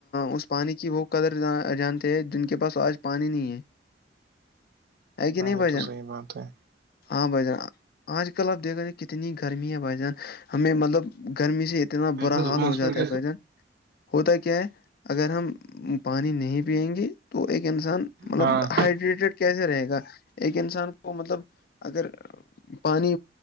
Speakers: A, on the left; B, on the right.
A: اس پانی کی وہ قدر جانتے ہیں جن کے پاس آج پانی نہیں ہے <inaudible>
B: ہاں
A: بھائی
B: یہ تو
A: جان
B: صحی بات ہے
A: ہاں بھائی جان آج کل آپ دیکھ رہ ج کتنی گرمی ہے بھائی جان ہمیں مطلب گرمی سے اتنا
B: دکان
A: برا حال ہو جاتا ہے بھ جن ہوتا کیا ہے اگر ہم پانی نہیں پیئیں گے تو ایک انسان مطلب
B: ہاں
A: ہائڈریٹیڈ کیسے رہے گا ایک انسان کو مطلب اگر پانی